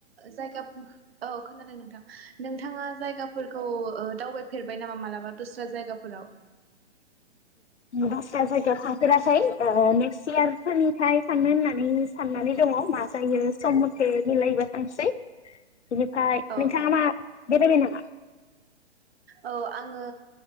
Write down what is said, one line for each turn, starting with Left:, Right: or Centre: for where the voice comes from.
Right: जायगाफो औ खोनादों नोंथां। नोंथाङा जायगाफोरखौ ओ दावबायफेरबाय नामा मालाबा दस्रा जायगाफोराव?
Left: दस्रा जायगायाव थांफेराखै ओ नेक्स्ट यार फोरनिफ्राय थांनो होननानै साननानै दङ मा जायो सम मथे मिलायबा थांसै। बिनिफ्राय
Right: औ
Left: नोंथाङा
Right: औ
Left: मा बेरायबाय नामा?
Right: औ आङो